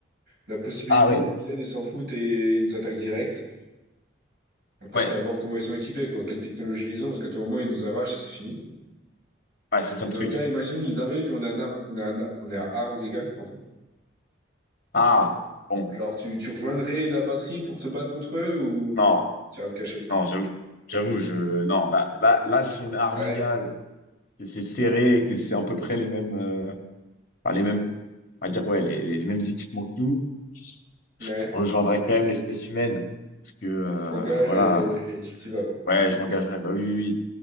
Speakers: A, on the right; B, on the left.
A: La possibilité
B: Ah ouais,
A: où ils viennent, ils s'en foutent et ils nous attaquent direct. Après,
B: ouais,
A: c'est à voir comment ils sont équipés, quoi. Quelle technologie ils ont, parce qu'à tout moment, ils nous arrachent et c'est fini.
B: ouais, c'est ça
A: Mais
B: le
A: dans
B: truc.
A: le cas, imagine, ils arrivent et on est à, nar- on est à, na- on est à armes égales, pardon.
B: Ah, bon,
A: Genre, tu, tu rejoindrais la patrie pour te battre contre eux ou
B: non.
A: tu iras te cacher?
B: Non, j'avoue, j'avoue, je, non, là, là, là, si on est à armes
A: Ouais,
B: égales, que c'est serré et que c'est à peu près les mêmes, euh, enfin, les mêmes, on va dire, ouais, les, les mêmes équipements que nous, je
A: ouais,
B: rejoindrais quand même l'espèce humaine. Parce que, euh,
A: tu t'engages
B: voilà,
A: et,
B: euh,
A: et tu t'y vas, quoi.
B: ouais, je m'engagerais, bah oui, oui, oui.